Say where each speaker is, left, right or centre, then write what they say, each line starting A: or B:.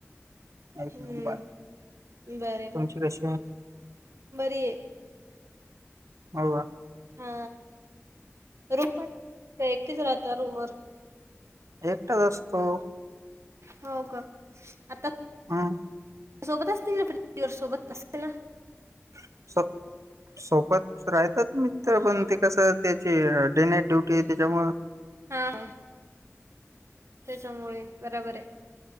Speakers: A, on the right; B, on the right.
A: एक
B: हम्म
A: नंबर
B: बरे ब,
A: तुमची कशी आहे
B: बरीय.
A: हो का.
B: हा, रूम पण एकटीच राहता रूमवर?
A: एकटाच असतो.
B: हो का. आता
A: हा.
B: सोबत असतील ना प <unintelligible> सोबत असतील ना?
A: <unintelligible> सोबत राहतात मित्र पण ते कसं, त्याचे डे नाईट ड्युटी आहे त्यांच्यामुळे
B: हा हा. त्याच्यामुळे बराबराय,